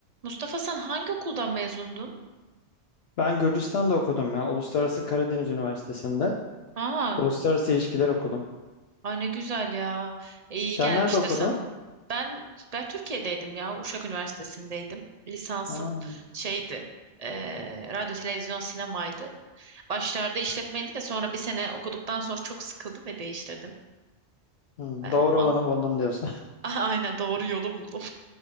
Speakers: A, on the right (about 45°); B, on the left (about 65°).
A: Mustafa sen hangi okuldan mezundun?
B: Ben Gürcistan'da okudum ya. Uluslararası Karadeniz Üniversitesi'nde.
A: Aa,
B: Uluslararası ilişkiler okudum.
A: ay ne güzel ya. E, İyi
B: Sen
A: gelmiştir
B: nerede okudun?
A: sana. Ben ben Türkiye'deydim ya. Uşak Üniversitesi'ndeydim. Lisansım
B: Ha,
A: şeydi. e, radyo, televizyon, sinemaydı. Başlarda işletmeydi de sonra bir sene okuduktan sonra çok sıkıldım ve değiştirdim.
B: hı,
A: E,
B: doğru
A: on-
B: olanı buldum diyorsun.
A: <laughs> aynen doğru yolu buldum.